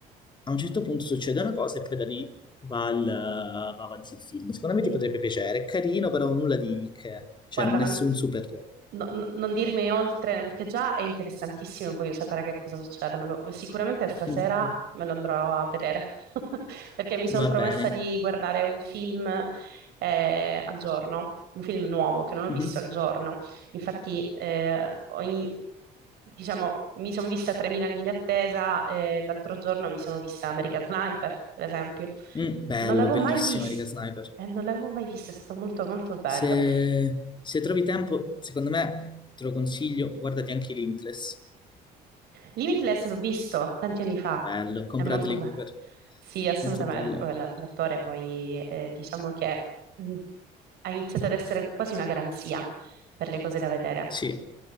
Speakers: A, on the left; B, on the right.
A: a un certo punto succede una cosa e poi da lì va, il- va avanti il film. Secondo me
B: Mm,
A: ti potrebbe piacere, è carino, però nulla di che, cioè
B: Guarda,
A: nessun
B: me lo-
A: super...
B: No- no- non dirmi oltre perché già è interessantissimo, e voglio sapere che cosa succede. me lo- sicuramente
A: <laughs>
B: stasera me lo andrò a vedere <laughs> perché mi sono
A: Va
B: promessa
A: bene.
B: di guardare un film eh, al giorno, un film nuovo che non ho
A: Mhm.
B: visto al giorno. Infatti, eh, ho in- diciamo, mi sono vista 3000 anni in attesa e l'altro giorno mi sono vista American Sniper, per esempio.
A: Mm, bello,
B: Non l'avevo
A: bellissimo
B: mai visto.
A: Erika Sniper.
B: non l'avevo mai visto, è stato molto molto bello.
A: Se, se trovi tempo, secondo me te lo consiglio, guardati anche i Limitless.
B: Limitless l'ho visto tanti anni fa,
A: Bello, ho con
B: è molto
A: Bradley
B: bello.
A: Cooper,
B: Sì, assolutamente.
A: molto bello.
B: Vabbè, la- L'attore poi eh, diciamo che mh, ha iniziato ad essere quasi una garanzia per le cose da vedere.
A: Sì,